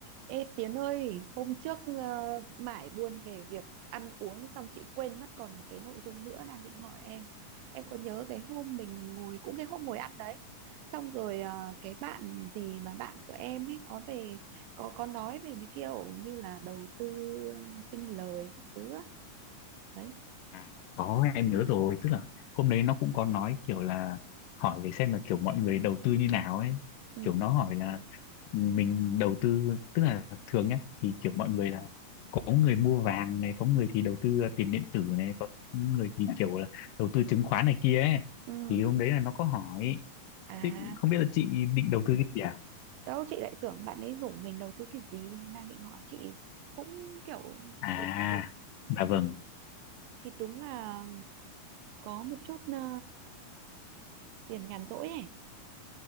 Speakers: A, on the right; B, on the left.
A: Ê Tiến ơi, hôm trước ờ, mải buồn về việc ăn uống xong chị quên mất còn một cái nội dung nữa đang định hỏi em. Em có nhớ cái hôm mình ngồi cũng cái hôm ngồi ăn đấy. Xong rồi ờ, cái bạn gì mà bạn của em ấy có về có có nói về mấy kiểu như là đầu tư ờ, sinh lời các thứ á. Đấy.
B: À, có em nhớ rồi tức là hôm đấy nó cũng có nói kiểu là hỏi để xem là kiểu mọi người đầu tư như nào ấy
A: Ừ.
B: kiểu nó hỏi là mình đầu tư tức là thường nhá thì kiểu mọi người là có người mua vàng này có người thì đầu tư tiền điện tử này có người thì kiểu là đầu tư chứng khoán này kia ấy
A: Ừ.
B: thì hôm đấy là nó có hỏi
A: À,
B: thế không biết là chị định đầu tư cái gì à
A: đâu chị lại tưởng bạn ấy rủ mình đầu tư cái gì nên đang định hỏi chị cũng kiểu
B: à
A: ừ thì
B: dạ vâng
A: thì đúng là có một chút ờ, tiền nhàn rỗi ấy